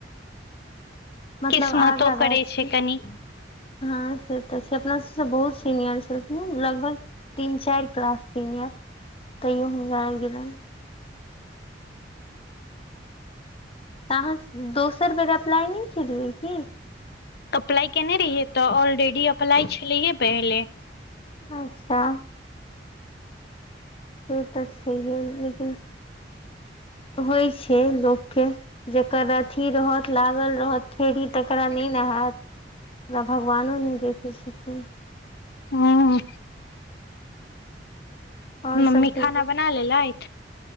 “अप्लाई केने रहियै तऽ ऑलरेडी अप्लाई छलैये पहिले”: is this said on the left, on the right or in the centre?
Left